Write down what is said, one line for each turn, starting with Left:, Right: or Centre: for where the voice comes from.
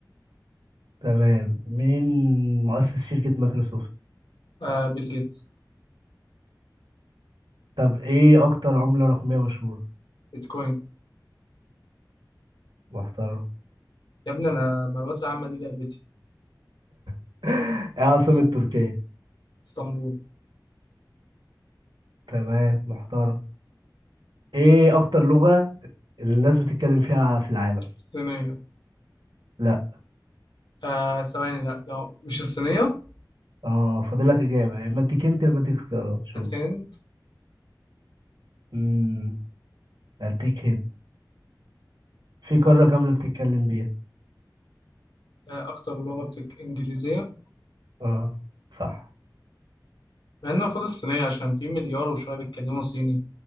Right: تمام مين مؤسس شركة مايكروسوفت
Left: آه بيل جيتس
Right: طب ايه اكتر عملة رقمية مشهورة
Left: بيتكوين
Right: محترم
Left: يا ابني انا المعلومات العامه دي لعبتي
Right: <laughs> ايه عاصمة تركيا
Left: اسطنبول
Right: تمام محترم ايه اكتر لغة الناس بتتكلم فيها في العالم
Left: الصينيه
Right: لا
Left: آه ثواني لا لو مش الصينيه
Right: اه فاضلك اجابة يا اما اديك انت يا اما اديك اختيارات شوف
Left: هات هند
Right: امم اديك هنا في قارة
Left: آه
Right: كاملة بتتكلم بيها
Left: آه، اكتر لغه بتك... انجليزيه
Right: اه صح
Left: مع ان المفروض الصينيه عشان في مليار وشويه بيتكلموا صيني